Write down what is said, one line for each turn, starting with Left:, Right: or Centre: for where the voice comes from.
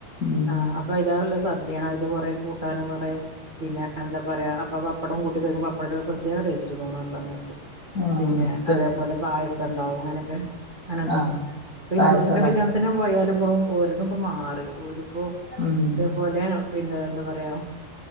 Left: ഉം
Right: ആ പ്പോ അയ്ലേറെ നല്ല സദ്യാണ്. ആയ്ക്ക് കൊറേ കൂട്ടാനും കുറെ പിന്നെ എന്താ പ്പ പറിയ പ്പടവും കൂട്ടി കഴക്കുമ്പോൾ അപ്പടത്ത പ്രത്യേക ടേസ്റ്റ് തോന്നുന്ന ആ സമയത്ത്
Left: ഉം
Right: പിന്നെ
Left: ശരി
Right: അതേപോലെ പായസം ണ്ടാവും അങ്ങനെയൊക്കെ അങ്ങനെ ഉണ്ടല്ലോ
Left: ആഹ്
Right: ഇപ്പ ഹിന്ദുസിന്റെ
Left: പായസല്ലേ
Right: കല്ല്യാ ത്തിന് പോയാലും ഇപ്പൊ ഓരുന്നുപ്പം മാറി ഓരിപ്പോൾ
Left: ഉം
Right: അതുപോലെ പിന്നെ എന്താ പറയാ